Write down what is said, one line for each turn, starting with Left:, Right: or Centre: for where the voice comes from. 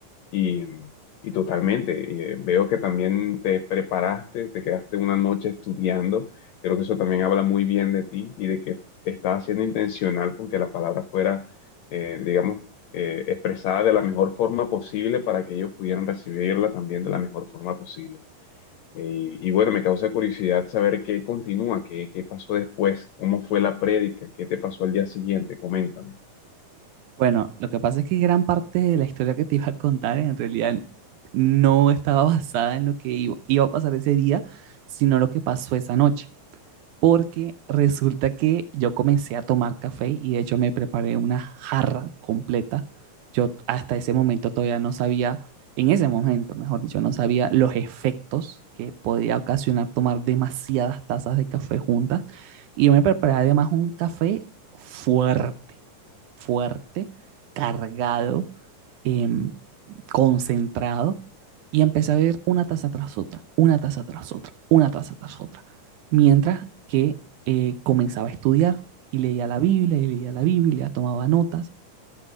Left: y, y totalmente, y, eh, veo que también te preparaste, te quedaste una noche estudiando. Creo que eso también habla muy bien de ti y de que estabas siendo intencional con que la palabra fuera, eh, digamos, eh, expresada de la mejor forma posible para que ellos pudieran recibirla también de la mejor forma posible. Y, y bueno, me causa curiosidad saber qué continúa, qué, qué pasó después, cómo fue la prédica, qué te pasó al día siguiente, coméntame.
Right: Bueno, lo que pasa es que gran parte de la historia que te iba a contar en realidad no estaba basada en lo que iba, iba a pasar ese día, sino lo que pasó esa noche. porque resulta que yo comencé a tomar café y de hecho me preparé una jarra completa. Yo hasta ese momento todavía no sabía, en ese momento, mejor dicho, no sabía los efectos que podía ocasionar tomar demasiadas tazas de café juntas. Y yo me preparé además un café fuerte, fuerte, cargado, em, concentrado. Y empecé a beber una taza tras otra, una taza tras otra, una taza tras otra mientras que eh, comenzaba a estudiar y leía la Biblia y leía la Biblia, tomaba notas